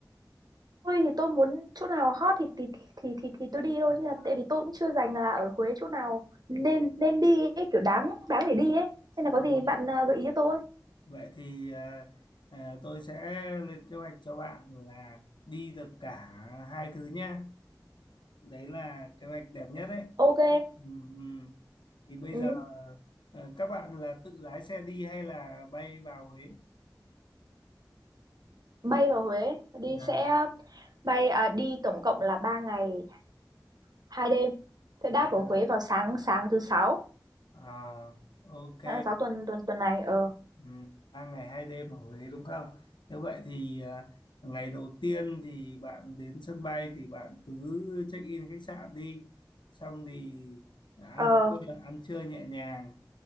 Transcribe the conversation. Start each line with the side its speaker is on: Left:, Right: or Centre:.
Right: tôi thì tôi muốn chỗ nào hot thì thì thì thì, thì tôi đi thôi
Left: À,
Right: nhưng mà tại vì tôi cũng chưa dành là ở Huế chỗ nào nên nên đi ấy, kiểu đáng đáng để đi ấy. Nên
Left: ok.
Right: là có gì bạn à, gợi ý cho tôi.
Left: Vậy thì à, à, tôi sẽ lên kế hoạch cho bạn là đi được cả hai thứ nhá. Đấy là kế hoạch đẹp nhất đấy.
Right: Ok.
Left: Ừ, ừ. thì bây
Right: Ừ.
Left: giờ ờ, các bạn là tự lái xe đi hay là bay vào Huế
Right: Bay vào Huế đi
Left: à,
Right: sẽ bay à, đi tổng cộng là ba ngày hai đêm. Sẽ đáp
Left: vâng.
Right: ở Huế vào sáng sáng thứ sáu,
Left: à ok
Right: sáng thứ sáu tuần tuần tuần này. Ờ
Left: Ừm, ba ngày hai đêm ở Huế đúng không như vậy thì à, ngày đầu tiên thì bạn đến sân bay thì bạn cứ check in khách sạn đi xong thì ăn
Right: ờ
Left: trưa ăn trưa nhẹ nhàng